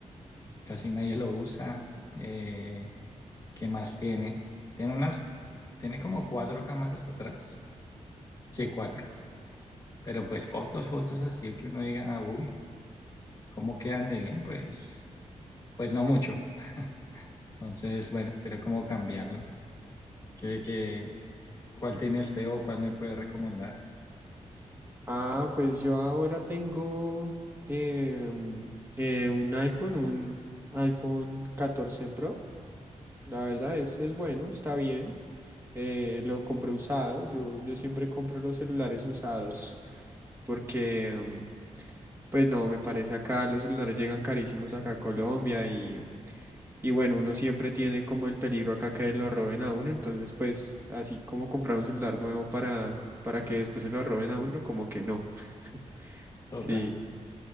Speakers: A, on the left (about 30°); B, on the right (about 20°).
A: casi nadie lo usa. Eh, ¿qué más tiene? Tiene unas, tiene como cuatro cámaras atrás. Sí, cuatro. Pero pues fotos, fotos así que uno diga, "Ah, uy, ¿cómo quedan de bien? Pues, pues no mucho. <laughs> Entonces, bueno, quiero como cambiarlo. ¿Qué, qué, ¿Cuál tiene usted o cuál me puede recomendar?
B: Ah, pues yo ahora tengo em, eh, un iPhone, un iPhone catorce Pro. La verdad es, es bueno, está bien. eh, lo compré usado. Yo, yo siempre compro los celulares usados porque, mm, pues no, me parece acá los celulares llegan carísimos acá a Colombia y, y bueno, uno siempre tiene como el peligro acá que lo roben a uno. Entonces, pues así como comprar un celular nuevo para, para que después se lo roben a uno, como que no. <laughs>
A: Total.
B: Sí,